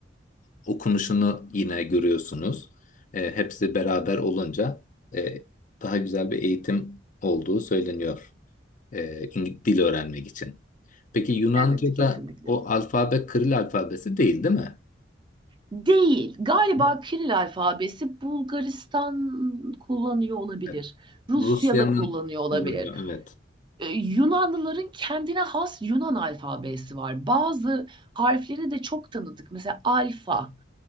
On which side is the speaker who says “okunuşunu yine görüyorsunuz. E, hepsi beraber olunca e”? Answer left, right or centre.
Left